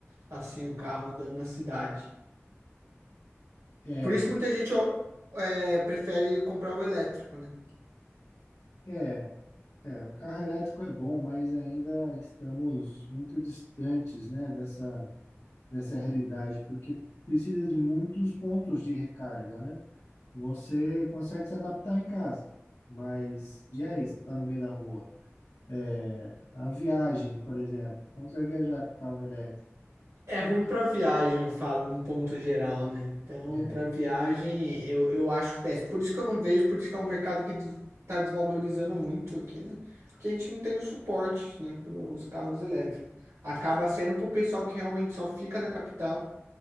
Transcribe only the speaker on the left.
É,
é, é. O carro elétrico é bom, mas ainda estamos muito distantes, né, dessa, dessa realidade, porque precisa de muitos pontos de recarga, né? Você consegue se adaptar em casa, mas e
aí? Você está no meio da rua? É, a viagem, por exemplo, como você vai viajar com carro elétrico?
É,